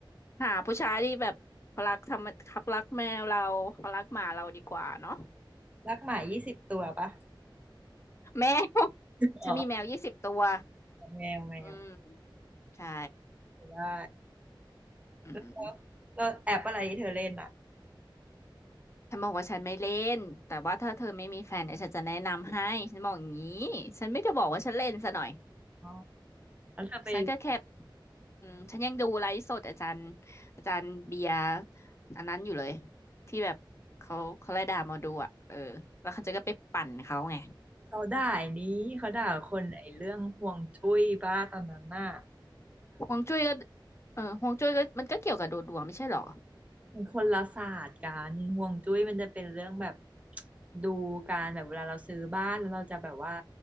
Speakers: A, on the left; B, on the right.
A: หาผู้ชายที่แบบเขารักทำเขารักแมวเราเขารักหมาเราดีกว่าเนาะ
B: รักหมายี่สิบตัวปะ
A: แมว <laughs>
B: อ๋อ
A: ฉันมีแมวยี่สิบตัว
B: แมวแมว
A: อืมใช่
B: ได้
A: อืม
B: แล้วแล้วแอปอะไรที่เธอเล่นอ่ะ
A: ฉันบอกว่าฉันไม่เล่นแต่ว่าถ้าเธอไม่มีแฟนเนี่ยฉันจะแนะนำให้ฉันบอกอย่างนี้ฉันไม่ได้บอกว่าฉันเล่นซะหน่อย
B: อ๋อแล้วเธอไป
A: ฉันก็แค่อืมฉันยังดูไลฟ์สดอาจารย์อาจารย์เบียร์อันนั้นอยู่เลยที่แบบเขาเขาไล่ด่าหมอดูอ่ะเออแล้วเขาจะก็ไปปั่นเขาไง
B: เขาด่าย้นี้เขาด่าคนไอ้เรื่องห่วงจุ้ยบ้าตอนนั้นน่ะ
A: ฮวงจุ้ยก็เออฮวงจุ้ยก็มันก็เกี่ยวกับดูดวงไม่ใช่เหรอ
B: มันคนละศาสตร์กันห่วงจุ้ยมันจะเป็นเรื่องแบบดูการแบบเวลาเราซื้อบ้านแล้วเราจะแบบว่า